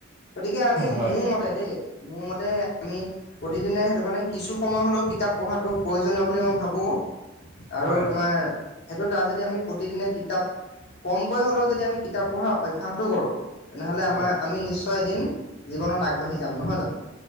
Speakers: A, on the left; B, on the right.
A: গতিকে আমি
B: হয়
A: মোৰ মতে দেই, মোৰ মতে আমি প্ৰতিদিনে সেইটো কাৰণে কিছু সময় হ'লেও কিতাপ পঢ়াটো প্ৰয়োজনীয় বুলি মই ভাবোঁ আৰু
B: হয়
A: তোমাৰ
B: হয়
A: সেইটো তাৰ যদি আমি প্ৰতিদিনে কিতাপ, কমকৈ হ'লেও যদি আমি কিতাপ পঢ়াৰ অভ্যাসটো কৰোঁ তেনেহ'লে আমাৰ
B: হয়
A: আমি নিশ্চয় এদিন জীৱনত আগবাঢ়ি যাম নহয় জানো?